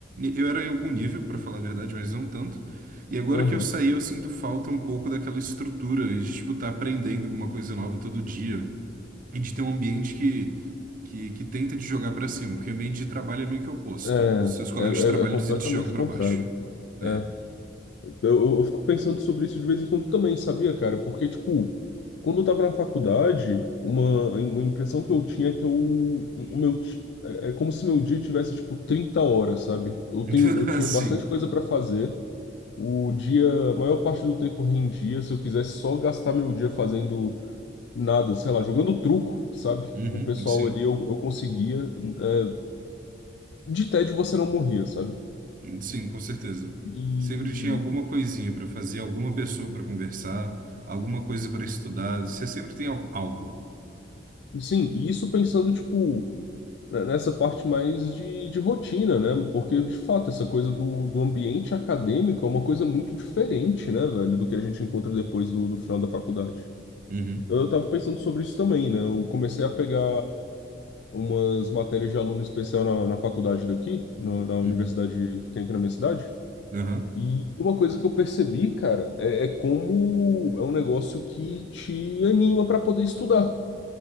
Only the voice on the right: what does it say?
Eu era em algum nível, para falar a verdade, mas não tanto. E agora
que eu saí, eu sinto falta um pouco daquela estrutura de, tipo, estar aprendendo uma coisa nova todo dia e de ter um ambiente que, que, que tenta te jogar para cima, porque o ambiente de trabalho é meio que o oposto.
Os seus colegas
de trabalho,
eles eles te jogam para
baixo. É.
<laughs>
Assim.
Uhum,
sim.
Sim, com certeza.
Sempre tinha alguma coisinha para fazer, alguma pessoa para conversar, alguma coisa para estudar. Você sempre tem al- algo.
Uhum,
uhum,
aham,